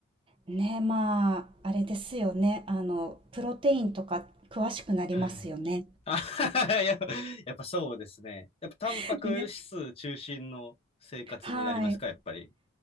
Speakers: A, on the right; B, on the left.
A: ね、まあ、あれですよね。あの、プロテインとか詳しくなりますよね。
B: はいあははやっぱやっぱそうですね。やっぱタンパク質中心の生活になりますか、
A: <laughs> ね。はい。
B: やっぱり。